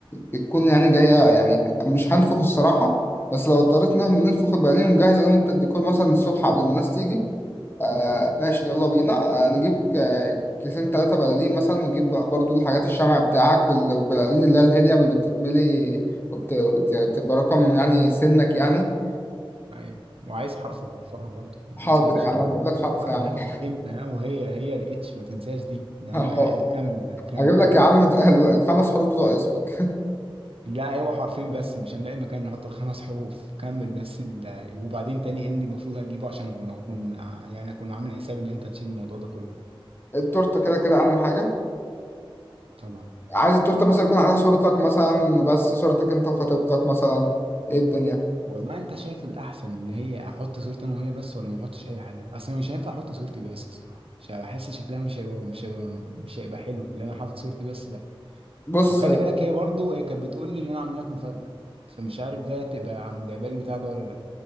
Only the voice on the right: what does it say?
ايوه وعايز حرف وحرفها برضه ما
تنساش
انا
انا
ام ها وهي هي الاتش ما تنساش دي دي
اهم حاجه كمل بقى كمل
لا ايوه حرفين بس مش هنلاقي مكان نحط الخمس حروف كمل بس ال... وبعدين تاني ايه اللي المفروض هتجيبه عشان أما اكون ع- يعني اكون عامل حساب ان انت هتشيل الموضوع ده كله
طبعا
والله انت شايف الاحسن اللي هي احط صورتي انا وهي بس ولا ما احطش اي حاجه اصلا مش هينفع احط صورتي بس الصراحه مش هحس شكلها مش هيبقى مش هيبقى مش هيبقى حلو اللي انا حاطط صورتي بس لا
وخلي بالك هي برضو هي كانت بتقول لي ان انا عامل لك مفاجأة فمش عارف بقى تبقى عم جايبه لي البتاع ده ولا لا